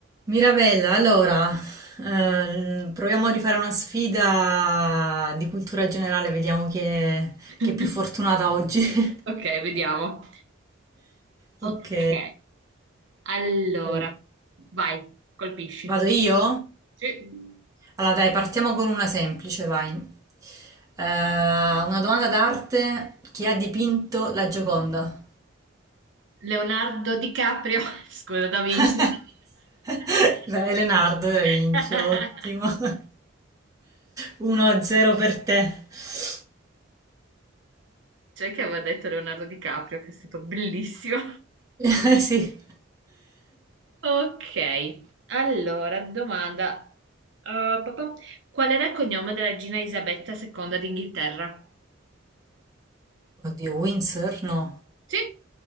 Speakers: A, on the right; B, on the right.
A: Mirabella, allora, eh, proviamo a rifare una sfida di cultura generale, vediamo chi è,
B: <laughs>
A: chi è più fortunata oggi. <laughs>
B: Ok, vediamo.
A: Ok,
B: Ok, allora,
A: Allora,
B: vai, colpisci.
A: vado io?
B: Sì.
A: Allora dai, partiamo con una semplice, vai. Eh, una domanda d'arte, chi ha dipinto la Gioconda?
B: Leonardo DiCaprio, <laughs> scusa, Da Vinci.
A: <laughs> Dai, Leonardo da
B: <laughs>
A: Vinci, ottimo. <laughs> 1-0 per te. <laughs>
B: C'è che aveva detto Leonardo DiCaprio, che è stato bellissimo.
A: Eh, Sì.
B: Ok, allora, domanda. Uh, papà, qual era il cognome della regina Isabetta II d'Inghilterra?
A: Oddio, Windsor? No.
B: Sì,